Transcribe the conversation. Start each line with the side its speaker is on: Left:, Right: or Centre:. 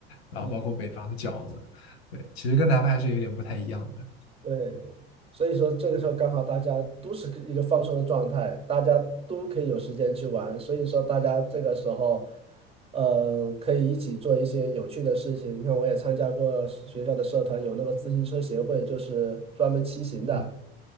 Left: 然后包括北方的饺子，
Right: 嗯。
Left: 对，其实跟南方还是有点不太一样的。
Right: 对，所以说这个时候刚好大家都是一个放松的状态，大家都可以有时间去玩，所以说大家这个时候，呃，可以一起做一些有趣的事情。你看，我也参加过学校的社团，有那个自行车协会，就是专门骑行的
Left: 嗯，